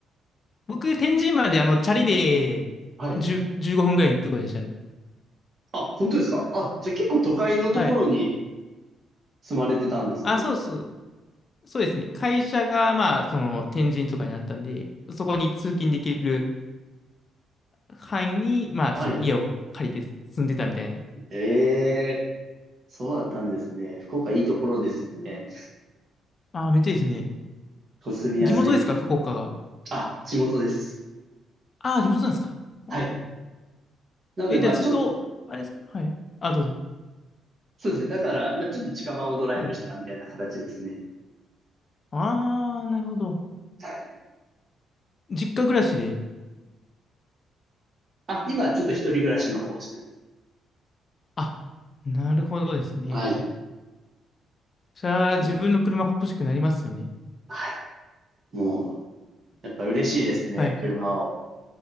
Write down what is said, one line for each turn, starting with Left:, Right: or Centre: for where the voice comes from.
Left: 僕、天神まであの、チャリで10、
Right: はい。
Left: 15分ぐらいのとこでしたね。
Right: あ、本当ですかあ、じゃあ結構都会のところに
Left: はい。
Right: 住まれてたんですね。
Left: あ、そうそう。そうですね。会社が、まあ、その、天神とかにあったんで、そこに通勤できる範囲に、まあ、
Right: はい。
Left: その家を借りて住んでたみたいな。
Right: ええ、そうだったんですね。福岡いいところですよね。
Left: ああ、めっちゃいいですね。
Right: こう住みやすい。
Left: 地元ですか福岡が。
Right: あ、地元です。
Left: ああ、地元なんですか。
Right: はい。
Left: ん
Right: なのでまあちょっと、
Left: え、じゃあずっと、あれですかはい。あ、どうぞ。
Right: そうですね。だから、まあちょっと近場をドライブしたみたいな形ですね。
Left: はい。ああ、なるほど。
Right: はい。
Left: 実家暮らしで。
Right: あ、今ちょっと一人暮らしの方をしてます。
Left: あ、なるほどですね。
Right: はい。
Left: それは自分の車欲しくなりますよね。
Right: そうはい。もう、やっぱ嬉しいですね。
Left: はい。
Right: 車を、